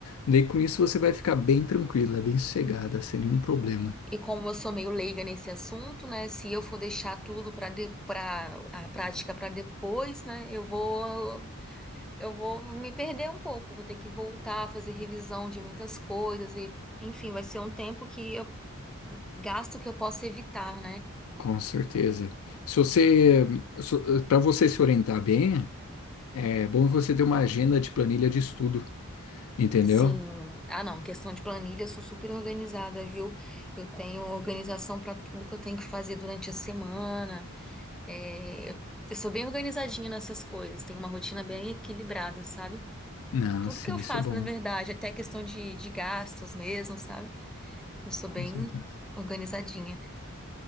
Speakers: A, on the left; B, in the centre.
A: Daí com isso você vai ficar bem tranquila, bem sossegada, sem nenhum problema.
B: E como eu sou meio leiga nesse assunto, né? Se eu for deixar tudo para de, para a prática para depois, né? Eu vou eu vou me perder um pouco, vou ter que voltar a fazer revisão de muitas coisas e, enfim, vai ser um tempo que eu gasto que eu posso evitar, né?
A: Com certeza. Se você, para você se orientar bem, é bom você ter uma agenda de planilha de estudo, entendeu?
B: Sim. Ah, não. Questão de planilha, eu sou super organizada, viu? Eu tenho organização para tudo que eu tenho que fazer durante a semana. É, eu, eu sou bem organizadinha nessas coisas. Tenho uma rotina bem equilibrada, sabe?
A: Não,
B: Tudo
A: sim,
B: que eu
A: isso
B: faço,
A: é bom.
B: na verdade, até questão de, de gastos mesmo, sabe? Eu sou bem
A: Com certeza.
B: organizadinha.